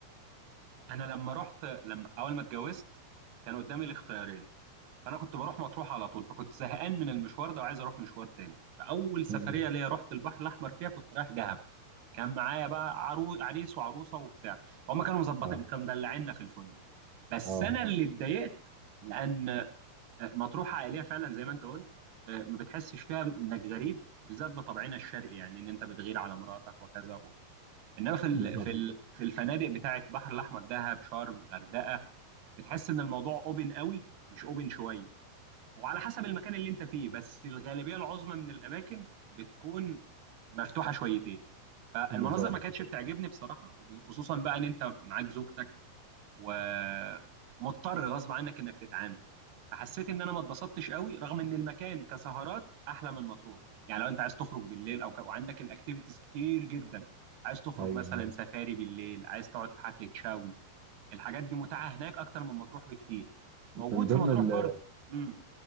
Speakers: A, on the right; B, on the right.
A: انا لما رحت لما اول ما اتجوزت كان قدامي الاختيارين فانا كنت بروح مطروح على طول فكنت زهقان من المشوار ده وعايز اروح مشوار تاني فاول سفريه
B: مم.
A: ليا رحت البحر الاحمر فيها كنت رايح دهب كان معايا بقى عرو... عريس وعروسه وبتاع فهم كانوا مظبطين
B: اه
A: كانوا مدلعيننا في الفندق بس
B: اه
A: انا اللي اتضايقت لان مطروح عائليه فعلا زي ما انت قلت آه، ما بتحسش فيها انك غريب بالذات بطبعنا الشرقي يعني ان انت بتغير على مراتك وكذا و... انما في ال...
B: بالظبط
A: في ال... في الفنادق بتاعه البحر الاحمر دهب شرم غردقه بتحس ان الموضوع اوبن قوي مش اوبن شويه وعلى حسب المكان اللي انت فيه بس الغالبيه العظمى من الاماكن بتكون مفتوحه شويتين
B: بالظبط
A: المناظر ما كانتش بتعجبني بصراحه خصوصا بقى ان انت معاك زوجتك ومضطر غصب عنك انك تتعامل فحسيت ان انا ما اتبسطتش قوي رغم ان المكان كسهرات احلى من مطروح يعني لو انت عايز تخرج بالليل او ك... وعندك الاكتيفيتيز كتير جدا عايز تخرج
B: ايوه
A: مثلا
B: ايوه
A: سفاري بالليل عايز تقعد في حفله شاوي الحاجات دي متاحه هناك اكتر من مطروح بكتير موجود
B: من ضمن
A: في مطروح
B: ال
A: برضو امم